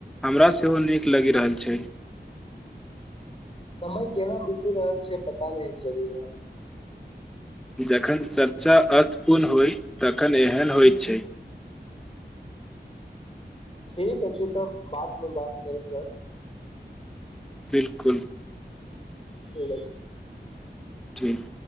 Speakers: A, in the centre; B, on the left (about 30°).
A: हमरा सेहो निक लागि रहल छै
B: समय केना बीत रहल छै पता नहि चलि रहल
A: जखन चर्चा अर्थपूर्ण होइ तखन एहन होइ छै
B: ठीके अछि तब बादमे बात करैत रहब
A: बिलकुल
B: ठी
A: थिक